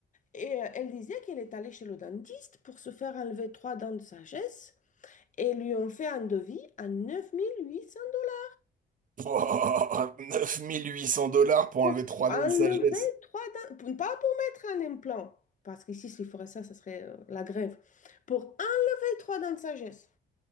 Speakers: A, on the left; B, on the right.
A: et euh, elle disait qu'elle est allée chez le dentiste pour se faire enlever trois dents de sagesse, et lui ont fait un devis à 9800 dollars
B: Oh, 9800 dollars pour
A: pour
B: enlever trois
A: tr- enlever
B: dents de sagesse.
A: trois dents, pour- pas pour mettre un implant, parce qu'ici s'il ferait ça, ça serait euh, la grève, pour enlever trois dents de sagesse.